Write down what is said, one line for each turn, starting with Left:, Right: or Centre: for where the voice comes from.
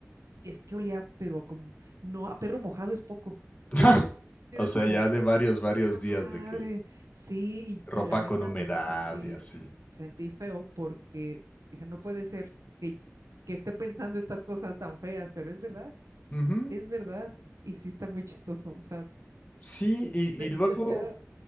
Right: es que olía, pero como, no, a perro mojado es poco.
Left: <laughs>
Right: Era
Left: O sea,
Right: como,
Left: ya de varios, varios
Right: La
Left: días
Right: madre.
Left: de que
Right: Sí,
Left: ropa
Right: y, y la neta,
Left: con humedad
Right: pues sí sentí,
Left: y así.
Right: sentí feo porque dije, no puede ser que, que esté pensando estas cosas tan feas, pero es verdad,
Left: Ujú.
Right: es verdad. Y sí está muy chistoso. O sea,
Left: Sí, y,
Right: le-
Left: y luego
Right: se le hacía,